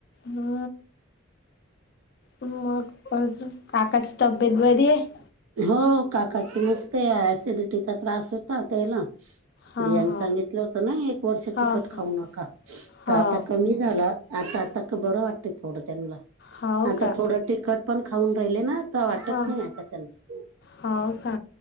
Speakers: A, on the left; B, on the right.
A: हा मग आकाश डबेत बरी आहे
B: हो काकाची मस्त सिडिटीचा त्रास होता त्याला
A: हा
B: प्रियांने
A: हा
B: सांगितलं होतं ना एक वर्ष
A: हा
B: तिकट
A: हा
B: खाऊ नका तर
A: हा
B: आता कमी झाला आता आता बरं वाटते थोडं त्यांना
A: हाव
B: आता
A: का
B: थोडं तिखट पण खाऊन राहिले ना वाटत
A: हा
B: नाही आता त्यांना
A: हाव का